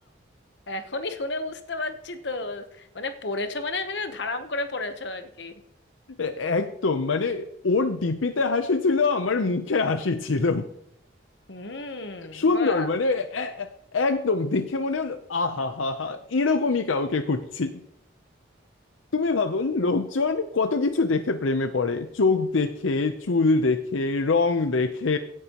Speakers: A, on the left; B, on the left.
A: এখনই শুনে বুঝতে পারছি তো মানে পড়েছো মানে এখানে ধারাম করে পড়েছো আর কি
B: এ- একদম মানে ওর ডিপিতে হাসি ছিল আমার মুখে হাসি ছিল
A: হুম
B: সুন্দর
A: বাহ
B: মানে এ- এ- একদম দেখে মনে হলো আহা হা হা এরকমই কাউকে খুঁজছি তুমি ভাবো লোকজন কত কিছু দেখে প্রেমে পড়ে চোখ দেখে চুল দেখে রং দেখে